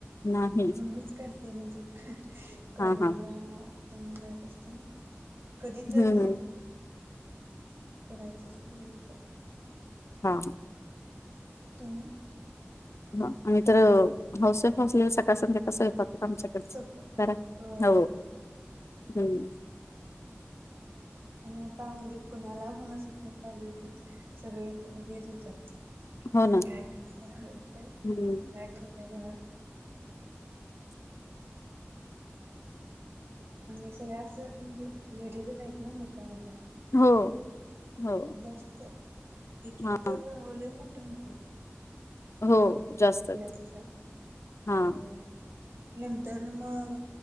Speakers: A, on the left; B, on the right.
A: नाही
B: ममीच करते ना च कॉलेजला.
A: हा हा
B: जायच असत ना कधी तर.
A: हम्म हम्म
B: करायचं असलेलं मेकअप.
A: हा हा.
B: तुम्ही.
A: आम्ही तर हाऊस वाईफ असले सकाळ संध्या. तसं स्वयंपाक पण आमच्याकडच
B: सोप
A: करा
B: हो
A: हळू हळू.
B: आणि आता म्हणजे कणाला कोनाच असं फोन लावले की सगळे हेच विचारतात.
A: हो ना.
B: काय करताय काय
A: हम्म,
B: करताय घरात. आणि सगळ्या असं म्हणजे लेडीजच आहेत ना मोठ्या मोठ्या.
A: हो. हो.
B: जास्त एक
A: हां,
B: एक तर लंय मोठ्या होत्या.
A: हो. जास्तच.
B: आपल्या पेक्षा हो.
A: हां,
B: नंतर मग